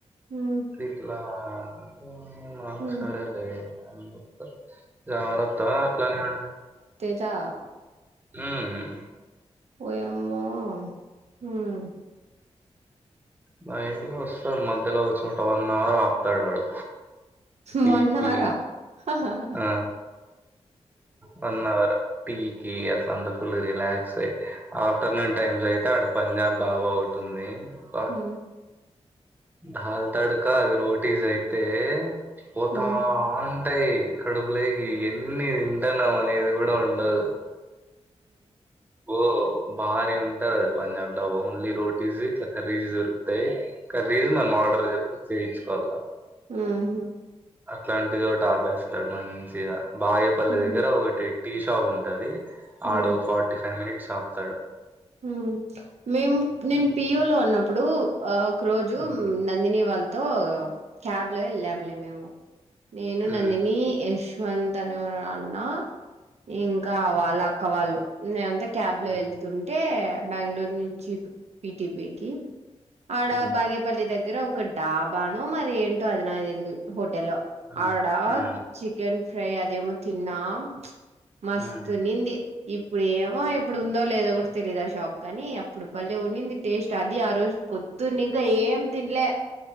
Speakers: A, on the right; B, on the right.
A: ఉమ్
B: ఇట్లా అంటే ఆ
A: ఉమ్
B: సరేలే అని జెప్పుత జరాతా వత్తావా అట్లానే ఉంటావ
A: త్తా
B: ఉమ్మ్
A: వోయామో హూమ్
B: బైక్ లో వస్తాడు మధ్యలో ఓ చోట వన్ అవర్ ఆపుతాడు వాడు టీకి
A: మోన్నాహారా అహాహా
B: ఆ! వన్ అవర్ పికె అట్లా అంతా ఫుల్ రిలాక్స్ అయి ఆఫ్టర్‌నూన్ టైమ్స్ అయితే అడ పంజాబ్ డాబ్ ఓటి ఉంది అబ్బా
A: ఉ
B: దాల్ తడకా అవి రోటీస్ అయితే పోతా
A: ఉ
B: అంటాయి కడుపులేకి ఎన్ని తీన్ తిట్టనం అనేది గూడ ఉండదు ఓ బారిగుంటది అది పంజాబ్ డాబా ఓన్లీ రోట్ ఈజీ ఇట్లా కర్రీస్ దొరుకుతాయి కర్రీస్ మనం ఆర్డర్ జేప్ చేయించుకోవాల
A: ఉమ్మ్ హూ
B: అట్లాంటిదోటి ఆపేస్తాడు మంచిగా బా పల్లె
A: ఉ
B: దగ్గర ఒకటి టీ షాప్ ఉంటది
A: ఉ
B: ఆడ ఓ ఫార్టీ ఫైవ్ మినిట్స్ ఆపుతాడు
A: ఉమ్మ్ మేము నేను
B: హ్మ్.
A: పియులో ఉన్నప్పుడు ఆ ఒక్ రోజు
B: హ్మ్.
A: నందిని వాళ్ళతో క్యాబ్‌లో వెళ్ళాంలే మేము నేను
B: హ్మ్.
A: నందిని
B: హ్మ్.
A: యష్ నువ్వు ఎంతని ఎవరైనా అన్నా ఇంకా వాళ్లు అక్క వాళ్లు నేంతాకి క్యాబ్‌లో
B: హ్మ్.
A: ఏళ్తుంటే
B: హ్మ్.
A: బెంగుళూరు నుంచి పుట్ పిటిపికి ఆడ
B: హ్మ్.
A: బాగేపల్లి దగ్గర ఒక డాబానో మరి ఏంటో అది నాకు తెలీదు టెల్లో
B: ఆ!
A: ఆడ
B: ఆ!
A: చికెన్ ఫ్రై అదేమో తిన్న మచ్ మస్తా
B: హ్మ్.
A: ఉన్నిది ఇప్పుడు ఏమో ఇప్పుడు ఉందో లేదో గూడ తె తెలీదు ఆ షాప్ కానీ అప్పుడు బాలే ఉన్నిది టేస్ట్ అది ఆ రోజు పొద్దున్న ఇంకా ఏం తిన్నెలే